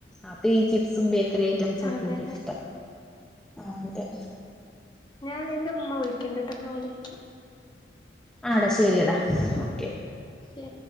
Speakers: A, in the centre; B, on the left.
A: അപ്പ ഈ ചിപ്സും ബേക്കറി ഐറ്റംസും
B: അതന്നെ
A: ഒക്കെന്റെ ഇഷ്ട, ആ അതെ
B: ഞാന് എന്റെ ഉമ്മ വിളിക്ക്ണ്ട്ട്ടോ ഞാ വിളിക്ക്യ
A: ആട ശെരിയെടാ ഓക്കെ,
B: ശെ